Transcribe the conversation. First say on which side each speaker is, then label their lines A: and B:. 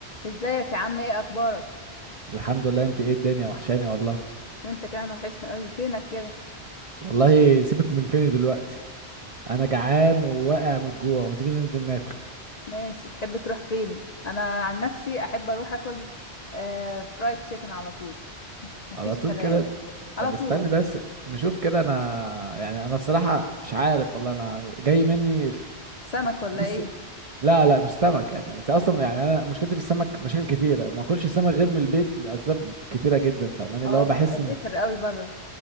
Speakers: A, on the left; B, on the right.
A: ازيك يا عم ايه اخبارك
B: الحمد لله انت ايه الدنيا وحشاني والله
A: وانت كمان وحشنا قوي فينك كده
B: والله سيبك من فيني دلوقتي انا جعان وواقع من الجوع ما تيجي ننزل ناكل
A: ماشي تحب تروح فين انا عن نفسي احب اروح اكل آه فرايد تشيكن على طول مفيش
B: على طول
A: كلام
B: كده
A: على
B: طب
A: طول
B: استني بس نشوف كده انا يعني انا الصراحة مش عارف والله انا جاي مني في
A: سمك ولا
B: بص
A: ايه
B: لا لا مش سمك يعني انت اصلا يعني انا مشكلتي في السمك مشاكل كتيرة ما اكلش سمك غير من البيت لاسباب كتيرة جدا فاهماني
A: اه
B: اللي هو
A: بيبقى
B: بحس ان
A: زفر قوي بره